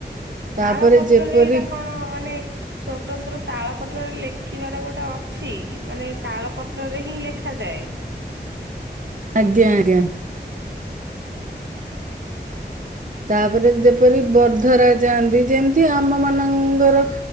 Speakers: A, on the right; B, on the right.
A: ତାପରେ
B: ତାଳ ପତ୍ରରେ
A: ଯେପରି
B: ଏଇଟା କଣ ମାନେ? ସ୍ଵତନ୍ତ୍ର ତାଳପତ୍ରରେ ଲେଖିବାର ଗୋଟେ ଅଛି ମାନେ ତାଳପତ୍ରରେ ହିଁ ଲେଖାଯାଏ।
A: ଆଜ୍ଞା ଆଜ୍ଞା। ତାପରେ ଯେପରି ବର୍ଦ୍ଧରାଯାଆନ୍ତି ଯେମିତି ଆମ ମାନଙ୍କର